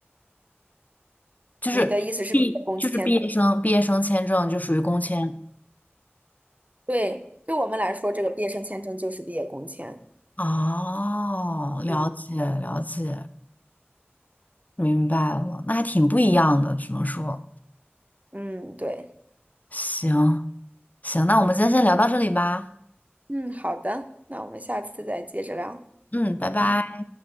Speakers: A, on the left (about 40°); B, on the right (about 35°).
A: 就是
B: 你的意思是毕业工签的？
A: 就是毕业生毕业生签证就属于工签。
B: 对，对我们来说，这个毕业生签证就是毕业工签。
A: 哦，了解了解，
B: 嗯
A: 明白了，那还挺不一样的，只能说，
B: 嗯，对，
A: 行行，那我们今天先聊到这里吧，
B: 嗯，好的，那我们下次再接着聊。
A: 嗯，拜拜。
B: 嗯。